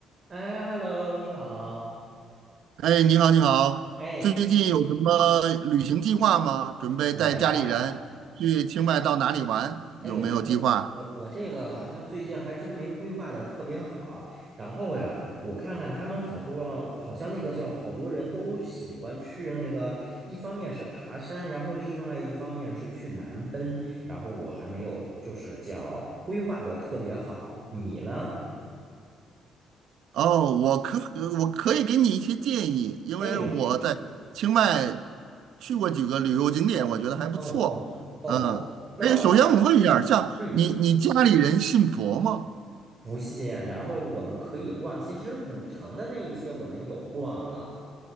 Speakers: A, on the right; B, on the right.
A: 哎，hello，你好。
B: 哎，你好，你好，
A: 哎，
B: 最近有什么旅行计划吗？准备带家里人去清迈到哪里玩？
A: 我呀，哎呦，
B: 有没有计划？
A: 我我我这个好像最近还真没规划的特别好。然后呀，我看看他们好多，好像那个叫好多人都喜欢去那个，一方面是爬山，然后另外一方面是去南奔。然后我还没有就是叫规划的特别好，你呢？
B: 哦，我可呃我可以给你一些建议，因为我在清迈去过几个旅游景点，
A: 哎，
B: 我觉得还不错。
A: 哦哦哦，
B: 嗯，
A: 那
B: 哎，首先我问一下儿像你你家里人信佛吗？
A: 嗯。不信，然后我们可以逛，其实古城的那一些我们有逛了，